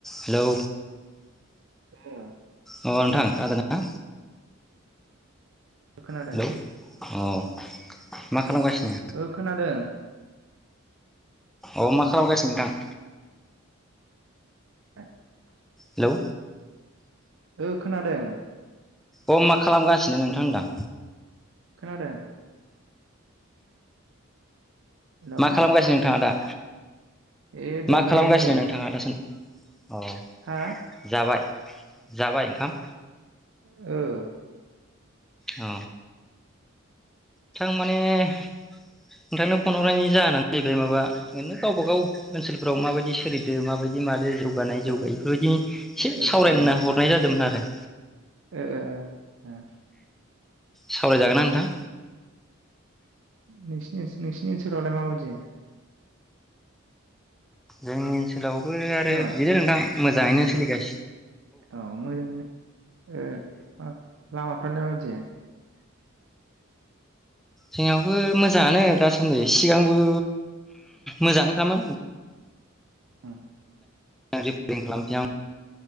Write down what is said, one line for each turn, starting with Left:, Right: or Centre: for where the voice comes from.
Centre: Hello.
Right: ओ
Centre: अ नोंथां खोनादोंना?
Right: खोनादों
Centre: हेलौ अ मा खालामगासिनो
Right: ओ खोनादों।
Centre: अ मा खालामगासिनो नोंथां?
Right: <unintelligible>
Centre: हेलौ।
Right: ओ खोनादों।
Centre: अह मा खालामगासिनो नोंथां होनदां?
Right: खोनादों हेलौ
Centre: मा खालामगासिनो नोंथाङा दा?
Right: ए दङ
Centre: मा खालामगासिनो
Right: ओरैनो
Centre: नोंथाङा दासान अ।
Right: हा
Centre: जाबाय? जाबाय ओंखाम?
Right: औ
Centre: अ। थां माने नोंथांनो फन हरनायनि जाहोनानो हैबाय माबा ओरैनो गावबा गाव ओनसोलफ्राव माबायदि सोलिदो माबायदि मादो। जौगानाय जौगायै
Right: ओ
Centre: बेफोरबायदि एसे
Right: ओ
Centre: सावरायनो
Right: ओ
Centre: होनना हरनाय जादोंमोन आरो
Right: ओ ओ
Centre: सावरायजागोनना नोंथां?
Right: नोंसिनि नोंसिनि ओनसोलावलाय माबायदि?
Centre: जोंनि ओनसो ओनसोलावबो आरो
Right: खोनाबाय
Centre: बिदिनो नोंथां। मोजाङैनो सोलिगा
Right: अह मोजाङैनो ओ अ लामा <unintelligible>
Centre: जोंनियावबो मोजाङानो दासान्दि सिगांबो मोजांनोखामोन।
Right: उम
Centre: <unintelligible> खालामसै आं।